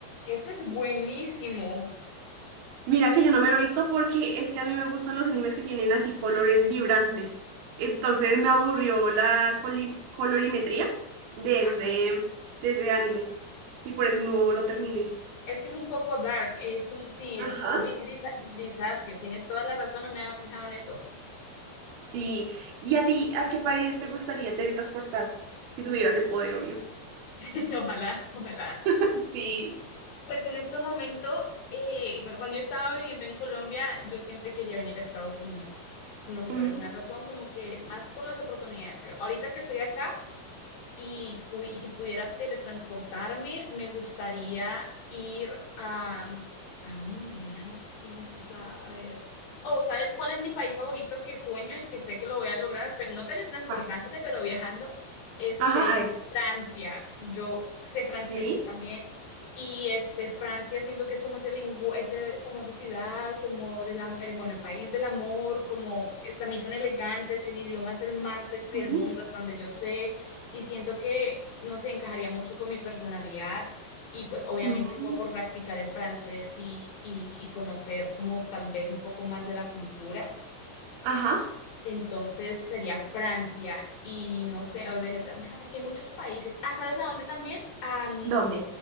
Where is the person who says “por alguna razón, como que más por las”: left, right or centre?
Left